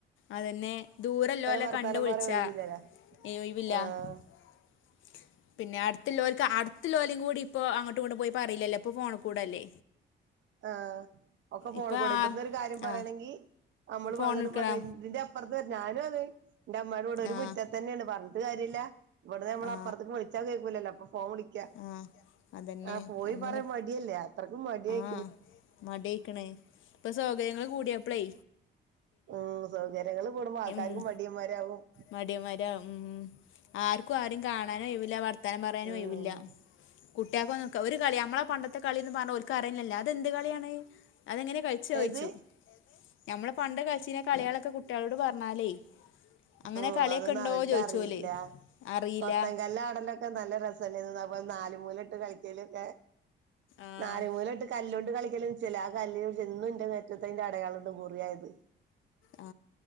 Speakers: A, on the left; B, on the right.
A: അതെന്നെ ദൂരല്ലോലെ
B: വർത്താനം
A: കണ്ട് വിള്ച്ചാ
B: പറയാൻ ഒഴിവില്ലല്ലോ
A: ഏ ഒയിവില്ല
B: ആഹ്
A: ഞ്ഞ്ൽ പിന്നെ അടുത്ത്ല്ലോല്ക്ക് അട്ത്ത്ല്ലോലികൂടിം ഇപ്പൊ അങ്ങോട്ടു ഇങ്ങോട്ടും പോയി പറയില്ലല്ലോ ഇപ്പൊ ഫോണ് കൂടല്ലേ
B: ആ ഒക്കെ ഫോൺകൂടെ
A: ഇപ്പൊ ആ
B: ഇവിടന്ന് ഒരു കാര്യം പറയണെങ്കി
A: ആ
B: നമ്മള്പ്പങ്ങട്ട്
A: ഫോൺ എടുക്കടാ
B: പറി ഇന്റെ അപ്പറത്ത് ഞാനും അതെ എന്റെ അമ്മയുടെ കൂടെ ഒരു
A: ആ
B: മുറ്റത്തന്നേയാണ് പറഞ്ഞ്ട്ട് കാര്യല്ല ഇവിടെ നമ്മള്
A: ആ
B: അപ്പറ്ത്ത്ക്ക് വിളിച്ചാ കേക്കൂലല്ലോ ഫോൺ വിളിക്ക
A: ആ അതന്നെ
B: ആ പോയി
A: അങ്ങനെ
B: പറയാ മടിയല്ലേ അത്രയ്ക്കും മട്യായി
A: ആ മട്യായിക്ക്ണ് ഇപ്പൊ സൗകര്യങ്ങള് കൂടിയാപ്പളെ
B: ഉം സൗകര്യങ്ങള് കൂടുമ്പോ ആൾക്കാർക്കും
A: ഉം,
B: മടിയന്മാരകും
A: മടിയന്മാരാ ഉം. ആർക്കും ആരും കാണാനും ഒഴിവില്ലാ വർത്താനം പറയാനും
B: ഉം
A: ഒഴിവില്ല കുട്ട്യാക്കോന്ന് ഒരു കളി നമ്മളെ പണ്ടത്തെ കളിന്ന് പറഞ്ഞ ഓല്ക്ക് അറിയന്നേല്ലാ അതെന്ത് കളിയാണെ അതെങ്ങനെ കളിച്ചായിച്ചു
B: ഏത്
A: ഞമ്മള് പണ്ട് കളിച്ചീന കളിളോക്കെ കുട്ടിളോട് പറഞ്ഞാലേ അങ്ങനെ
B: ആ
A: കളിയൊക്കെ
B: അതൊന്നും
A: ഉണ്ടോ
B: അവർക്ക്റിയില്ല
A: ചോദിച്ചു പോലെ അറിയില്ല
B: കൊത്തൻങ്കല്ലാടല്ലൊക്കെ നല്ല രസല്ലേന്നൊ ന നാല് മൂലട്ട് കളിക്കാലൊക്കെ
A: ആ
B: നാല് മൂലട്ട് കല്ലോ കളിക്കലും ചെല ആ കല്ല്നെകുറിച്ച് ഇന്നുന്റെ മേത്ത്ത്തയിന്റെ അടയാളണ്ട് മുറിയായത്
A: ആ